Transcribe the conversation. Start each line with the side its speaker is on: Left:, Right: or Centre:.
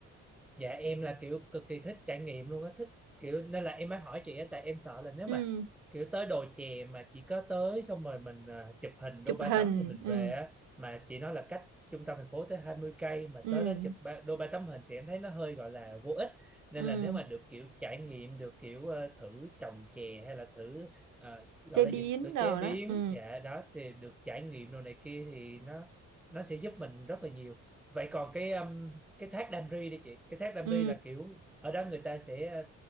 Centre: dạ em là kiểu cực kỳ thích trải nghiệm luôn á thích kiểu nên là em mới hỏi chị á tại em sợ là nếu
Right: ừ,
Centre: mà kiểu tới đồi chè mà chỉ có tới xong rồi mình à, chụp hình
Right: chụp
Centre: đô ba
Right: hình
Centre: tấm thì mình
Right: ừ,
Centre: về á mà chị nói là cách trung tâm thành phố tới 20 cây mà
Right: ừ,
Centre: tới đó chụp ba, đô ba tấm hình thì em thấy nó hơi gọi là vô ích nên
Right: ừ,
Centre: là nếu mà được kiểu trải nghiệm được kiểu ờ, thử trồng chè hay là thử ờ, gọi
Right: chế biến
Centre: là gì thử
Right: rồi
Centre: chế biến
Right: đó ừ,
Centre: dạ đó thì được trải nghiệm đồ này kia thì nó nó sẽ giúp mình rất là nhiều vậy còn cái um, cái thác Đam Ri đi chị cái thác Đam
Right: ừ,
Centre: Ri là kiểu ở đó người ta sẽ